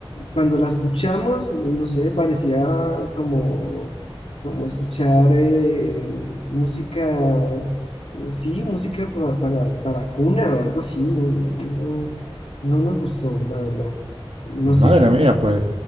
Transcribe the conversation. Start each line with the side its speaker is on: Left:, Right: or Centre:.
Left: cuando la escuchamos, no sé, parecía como, como escuchar eh, eh, música, eh, sí, música pa- para, para, cuna o algo así, no, no, no, no nos gustó, la verdad. No
Right: Madre
Left: sé qué,
Right: mía, pues,